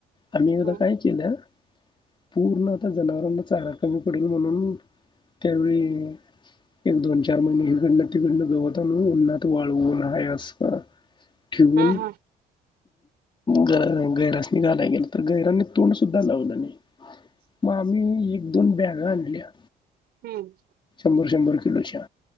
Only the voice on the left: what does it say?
आम्ही एकदा
काय केलं पूर्ण आता जनावरांना चारा कमी पडेल म्हणून त्यावेळी एक दोन चार महिने ईकडन तिकडन गवत आणून उन्हात वाळवून आहे अस ठिवून
ग गैरास्नी घालाय गेलंतो, गैरांनी तोंड सुद्धा लावलं नाही. मग आम्ही एक दोन बॅगा आणल्या,
शंभर शंभर किलोच्या